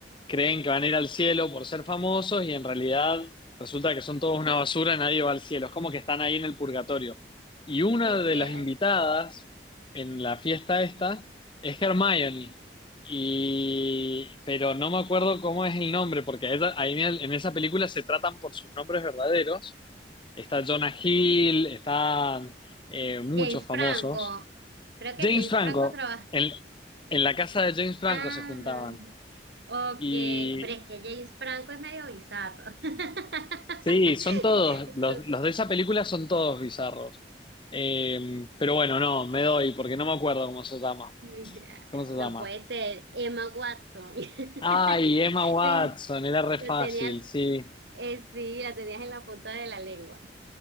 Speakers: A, on the left; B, on the right.
A: creen que van a ir al cielo por ser famosos y en realidad resulta que son todos una basura, nadie va al cielo, es como que están ahí en el purgatorio. Y una
B: ok.
A: de
B: ay.
A: las invitadas en la fiesta esta es Hermione y, pero no me acuerdo cómo es el nombre, porque esa- ahí en, el- en esa película se tratan por sus nombres verdaderos. Está Jonah Hill, están eh, muchos
B: James
A: famosos.
B: Franco, creo que
A: James
B: James
A: Franco,
B: Franco trabaja.
A: en, en la casa de James Franco
B: Ajá,
A: se juntaban.
B: ok,
A: Y
B: pero es que James Franco es medio bizarro. <laughs>
A: sí, son todos,
B: Eso,
A: los, los de esa película son todos bizarros. Eh, pero bueno, no, me doy, porque no me acuerdo cómo se llama.
B: mira,
A: ¿Cómo se
B: no
A: llama?
B: puede ser Emma Watson. <laughs>
A: Ay, Emma Watson,
B: Entonces,
A: era re
B: lo
A: fácil,
B: tenías,
A: sí.
B: eh, sí, la tenías en la punta de la lengua.